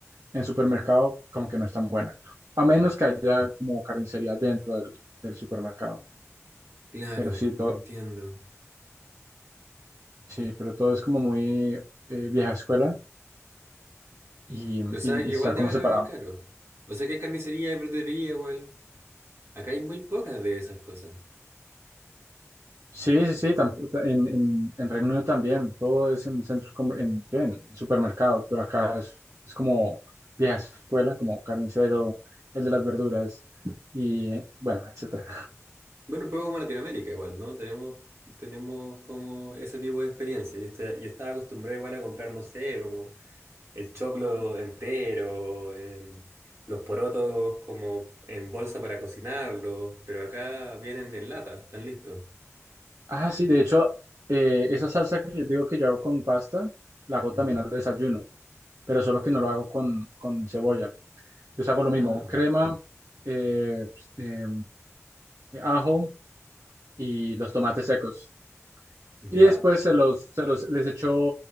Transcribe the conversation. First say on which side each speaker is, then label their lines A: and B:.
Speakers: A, on the right; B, on the right.
A: en supermercado como que no es tan buena, a menos que haya como carnicería dentro del, del supermercado.
B: Claro,
A: Pero sí, todo,
B: entiendo.
A: sí, pero todo es como muy eh, vieja escuela y, y
B: O sea, que
A: y está
B: igual deben
A: como separado.
B: haber caro. O sea, que hay carnicería, hay verdulería igual. Acá hay muy pocas de esas cosas.
A: Sí, sí, sí, tam- ta- en, en, en Reino Unido también, todo es en centros, comer- en, ¿qué? en supermercados, pero acá es, es como vieja escuela, como carnicero, el de las verduras y bueno, etcétera.
B: Bueno, un poco como Latinoamérica igual, ¿no? Tenemos, tenemos como ese tipo de experiencia. Yo, este- yo estaba acostumbrado igual a comprar, no sé, como el choclo entero, em, los porotos como en bolsa para cocinarlos, pero acá vienen en lata, están listos.
A: Ah, sí, de hecho, eh, esa salsa que yo digo que yo hago con pasta, la hago
B: Ujú.
A: también al desayuno, pero solo que no lo hago con, con cebolla. Yo hago lo mismo,
B: Ah,
A: crema, eh, pues, eh, ajo y los tomates secos.
B: ya.
A: Y después se los, se los, les echó